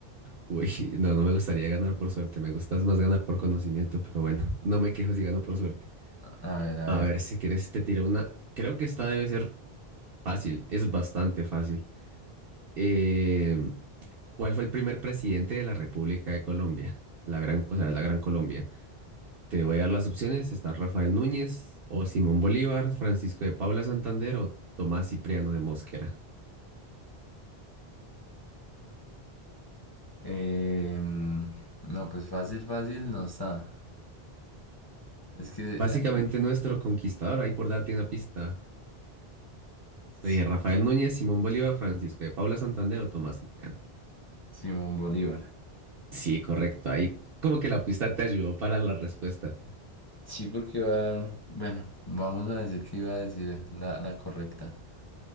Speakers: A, on the right (about 65°); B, on the left (about 25°).
A: Uy, <laughs> no, no me gustaría ganar por suerte, me gustas más ganar por conocimiento, pero bueno, no me quejo si gano por suerte.
B: A ver, a
A: A
B: ver.
A: ver, si quieres te tiro una, creo que esta debe ser fácil, es bastante fácil. Eh, ¿cuál fue el primer presidente de la República de Colombia? La gran, o sea, la Gran Colombia. Te voy a dar las opciones, está Rafael Núñez o Simón Bolívar, Francisco de Paula Santander o Tomás Cipriano de Mosquera.
B: Em, no, pues fácil, fácil no está. Es que
A: Básicamente
B: ay,
A: nuestro conquistador, ahí por darte una pista.
B: Si-
A: Te dije Rafael Núñez, Simón Bolívar, Francisco de Paula Santander o Tomás Cipriano.
B: Simón Bolívar.
A: Sí, correcto. Ahí como que la pista te ayudó para la respuesta.
B: Sí, porque iba, bueno, vamos a decir que iba a decir la, la correcta.